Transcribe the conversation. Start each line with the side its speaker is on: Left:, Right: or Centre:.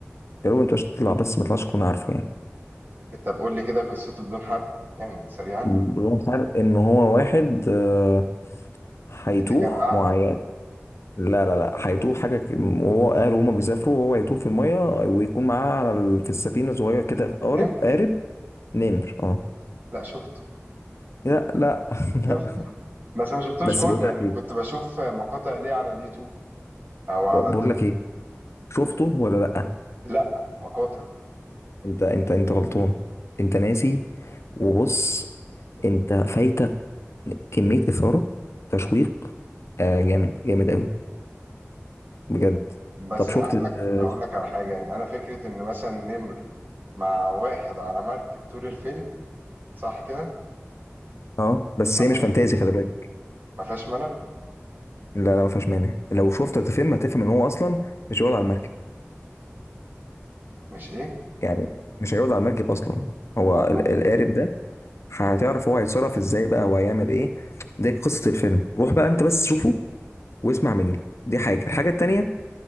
Left: يا رب انت مش تطلع بس ما تطلعش تكون عارفه يعني
Right: طب قول لي كده قصته بدون حرق يعني سريعا
Left: بدون فرق ان هو واحد آه، هيتوه
Right: اللي كان أعمى
Left: معين لا لا لا هيتوه حاجة ك- وهو أهله هما بيسافروا وهو هيتوه في المية ويكون معاه على ال... في السفينة صغير كده قارب
Right: نم
Left: قارب نمر اه
Right: لا شفته
Left: لا لا <laughs>
Right: شفته
Left: لا
Right: بس ما شفتوش
Left: بس
Right: كله
Left: بقول لك
Right: يعني
Left: ايه
Right: كنت بشوف مقاطع ليه على اليوتيوب أو على
Left: ب-
Right: التيك
Left: بقول لك
Right: توك
Left: ايه شفته ولا لا
Right: لا مقاطع
Left: انت انت انت غلطان انت ناسي وبص انت فايتك كمية إثارة تشويق آه جامد جامد قوي بجد
Right: بس
Left: طب شفت
Right: أقول
Left: اه
Right: لك أقول لك على حاجة يعني أنا فكرة إن مثلا نمر مع واحد على مركب طول الفيلم صح كده
Left: اه، بس
Right: ما
Left: هي
Right: فيهاش
Left: مش فانتازي خلي بالك
Right: ما فيهاش ملل
Left: لا لا ما فيهاش مانع لو شفت الفيلم هتفهم ان هو اصلا مش هيقعد على المركب
Right: مش إيه
Left: يعني مش هيقعد على المركب اصلا هو
Right: آه
Left: ال-
Right: آه
Left: القارب ده هتعرف هو هيتصرف ازاي بقى وهيعمل ايه ده قصة الفيلم روح بقى انت بس شوفه واسمع مني دي حاجة الحاجة التانية